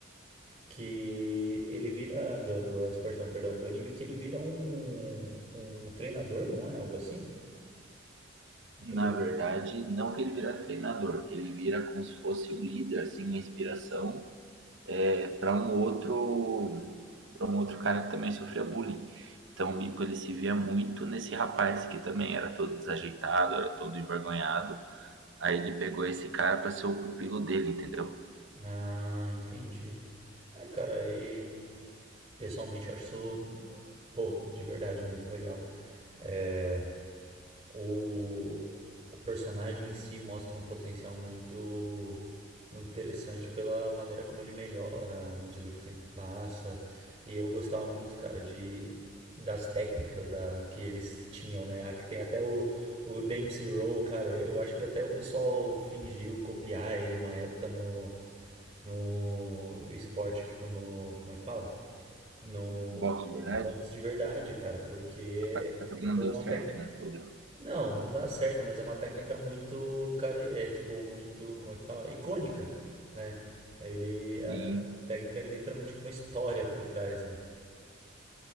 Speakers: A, on the right; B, on the right.
A: que ele vira, do, do esporte não, perdão, do anime, que ele vira um, um treinador, não é? Algo assim? Depois
B: Na
A: ele
B: verdade, não que ele vira treinador, ele vira como se fosse um líder, assim, uma inspiração é, para um outro para um outro cara que também sofria bullying. Então o Mico ele se via muito nesse rapaz que também era todo desajeitado, era todo envergonhado. Aí ele pegou esse cara para ser o pupilo dele, entendeu?
A: Ah, entendi. É, cara, aí pessoalmente eu acho isso, pô, de verdade muito legal. É, o, o personagem em si mostra um potencial muito, muito interessante pela maneira como ele melhora à medida que o tempo passa. E eu gostava muito, cara, de das técnicas da, que eles tinham, né? Que tem até o, o Dempsey Roll, cara. Eu acho que até o pessoal fingiu copiar ele uma época no, no esporte, tipo no. Como é que fala? No,
B: Boxe, verdade?
A: no boxe de verdade, cara, porque
B: Só que não
A: foi
B: deu
A: uma
B: certo,
A: técnica.
B: né? O-
A: Não, não dá certo, mas é uma técnica muito, cara, é tipo muito, como é que fala? Icônica, né? Ele é
B: E
A: uma técnica é literalmente com uma história por trás, né?